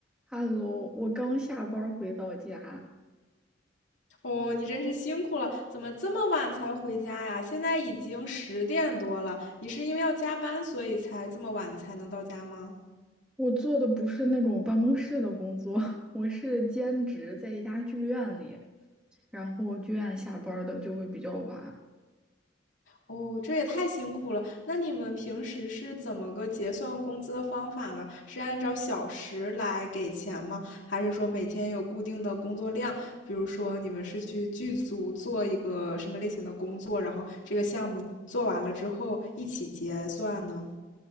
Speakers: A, in the centre; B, on the left.
A: Hello，我刚下班儿回到家。
B: 哦，你真是辛苦了，怎么这么晚才回家呀？现在已经十点多了，你是因为要加班，所以才这么晚才能到家吗？
A: 我做的不是那种办公室的工作，<laughs> 我是兼职在一家剧院里，然后剧院下班儿的就会比较晚。
B: 哦，这也太辛苦了。那你们平时是怎么个结算工资的方法呢？是按照小时来给钱吗？还是说每天有固定的工作量？比如说你们是去剧组做一个什么类型的工作，然后这个项目做完了之后一起结算呢？